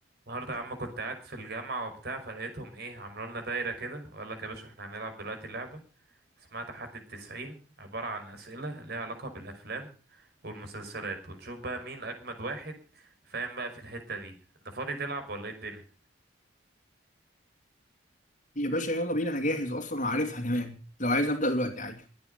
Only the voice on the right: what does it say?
النهارده يا عم كنت قاعد في الجامعة وبتاع فلقيتهم ايه عملوا لنا دايرة كده وقال لك يا باشا احنا هنلعب دلوقتي لعبة اسمها تحدي التسعين عبارة عن أسئلة ليها علاقة بالأفلام والمسلسلات ونشوف بقى مين أجمد واحد فاهم بقى في الحتة دي انت فاضي تلعب ولا ايه الدنيا